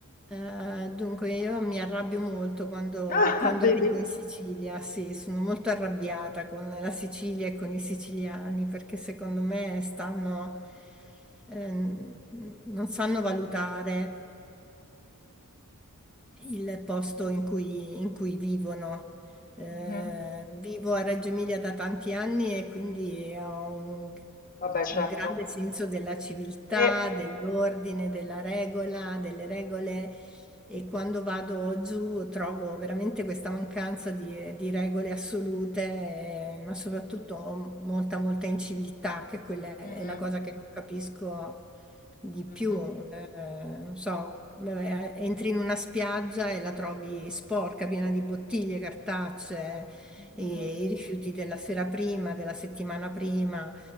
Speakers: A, in the centre; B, on the left.
A: eh, dunque, io mi arrabbio molto quando,
B: Ah,
A: quando
B: vedi?
A: arrivo in Sicilia, sì, sono molto arrabbiata con la Sicilia e con i siciliani perché secondo me stanno, ehm, non sanno valutare il posto in cui, in cui vivono. Eh,
B: Mh-mh.
A: vivo a Reggio Emilia da tanti anni e quindi ho un,
B: Vabbè, certo.
A: un grande senso della civiltà,
B: Eh.
A: dell'ordine, della regola, delle regole e quando vado giù trovo veramente questa mancanza di, di regole assolute, eh, ma soprattutto molta, molta inciviltà, che quella è
B: Mh-mh.
A: la cosa che non capisco di più,
B: Mh-mh.
A: eh, non so, vabbè, entri in una spiaggia e la trovi sporca, piena di bottiglie, cartacee,
B: Mh-mh.
A: e i rifiuti della sera prima, della settimana prima.